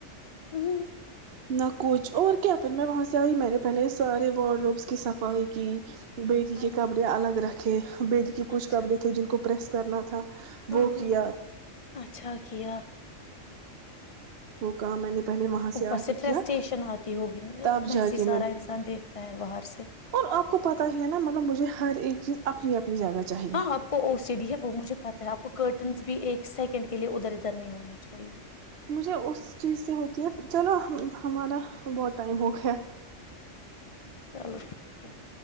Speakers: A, on the left; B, on the right.
A: ہوں ہ
B: نہ کچھ اور کیا پھر میں وہاں سے آئی میں نے پہلے سارے وارڈ رومس کی صفائی کی بیری
A: ہاں
B: الگ رکھے بیدی کے کچھ
A: اچھا
B: کبڑے تھے جن کو پریس کرنا تھا
A: ہاں
B: وہ
A: ہاں
B: کیا
A: اچھا کیا
B: وہ کہا میں نے پہلے وہاں
A: اوپر
B: آ
A: سے
B: کے
A: فرسٹریشن
B: کیا
A: آتی ہوگی ن جب
B: تب
A: محسی
B: جا کے
A: سارا
B: میں
A: انسان دیکھتا ہے باہر سے
B: اور آپ کو پتا ہی ہے نا مطلب مجھے ہر ایک چیز اپنی اپنی جگہ چاہیے
A: ہاں آپ کو او س ڈی ہے وہ مجھے پتا ہے آپ کو کرٹنس بھی ایک سیکنڈ کے لیے ادھر ادھر نہیں ہونے چاہیے
B: مجھے اس چیز سے ہوتی ہے چلو ہمارا بہت ٹائم ہو گیا <unintelligible>
A: چلو ٹھیک ہے <inaudible>